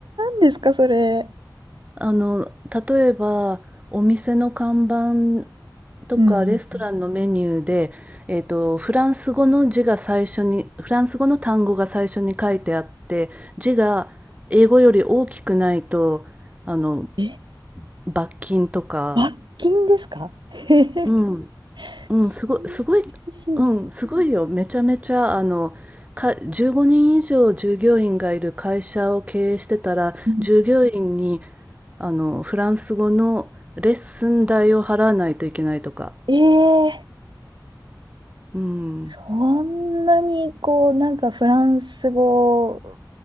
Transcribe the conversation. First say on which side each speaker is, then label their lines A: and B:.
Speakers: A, on the right; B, on the right.
A: 何ですかそれ。
B: あの、例えば、お店の看板とかレストランのメニューで、
A: うんうんうん。
B: えっと、フランス語の字が最初に、フランス語の単語が最初に書いてあって、字が英語より大きくないと、あの、
A: え、
B: 罰金とか、
A: 罰金ですかえへへ
B: うん、
A: <laughs>
B: うん、
A: そんな厳しい。
B: すごい、すごい、うん、すごいよ。めちゃめちゃ、あの、か、15人以上従業員がいる会社を経営してたら、
A: うん
B: 従業員に、あの、フランス語のレッスン代を払わないといけないとか。
A: えー
B: うん、
A: こんなにこう、なんかフランス語